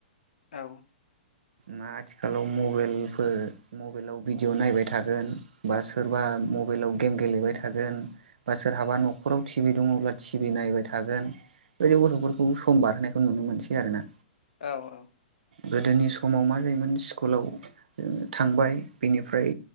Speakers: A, on the left (about 70°); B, on the right (about 75°).
A: औ
B: ना आथिखालाव मबलफोर मबाइलाव भिडिअ' नायबाय थागोन बा सोरबा मबाइलाव गेम गेलेबाय थागोन बा सोरहाबा न'खराव टिभि दङब्ला टिभि नायबाय थागोन बेदि गथ'फोरखौ खौ सम बारहोनायखौ नुनो मोनसै आरो ना
A: औ - औ
B: गोदोनि समाव मा जायोमोन स्कुलाव थांबाय बेनिफ्राय